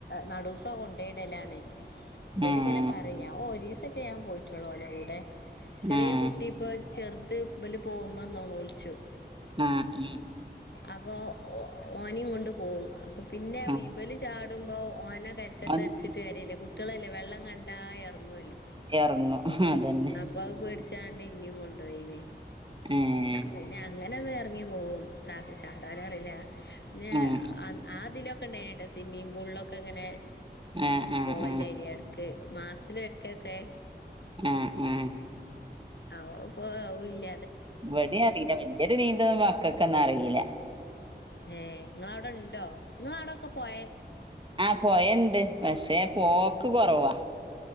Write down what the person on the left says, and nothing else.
നടുക്കാ കൊണ്ടയ്ടലാണ് ഇബലിങ്ങനെ
പറയും ഞാ ഒരീസം <unintelligible> ചെയ്യാൻ പോയിറ്റൊള്ളൂ ഓലെ കൂടെ ചെറിയ
കുട്ടി ഇപ്പോ ചെറുത് ഓല് പോവുമ്പോ നെലോളിച്ചും.
അപ്പോ ഓനെയും കൊണ്ട് പോകും അപ്പോൾ പിന്നെ
ഇബല് ചാടുമ്പോൾ ഓനെ
തച്ചിട്ട് കാര്യല്ല കുട്ടികളല്ലേ വെള്ളം കണ്ടാ ഇറങ്ങുവല്ലോ
അപ്പാ അത് പേടിച്ചാണ്ട് എന്നെയും കൊണ്ടു പോയതേ
പിന്നെ അങ്ങനെ ഒന്നും എ റങ്ങി പോകും അല്ലാതെ ചാടാനറിയില്ല പിന്നേ
ആ ഇതിലൊ ക്കെ ഉണ്ടായിരുന്നു കേട്ടോ സ്വിമ്മിംഗ് പൂളിലൊക്കെ ഇങ്ങനെ
പോവല്ലായിരി
ഇടക്ക് മാസത്തിൽ ഇടക്കൊക്കെ
അവൻ പോവില്ല
ഏ നിങ്ങടവിടെ ഇണ്ടോ നിങ്ങളെ അവിടൊക്കെ പൊയ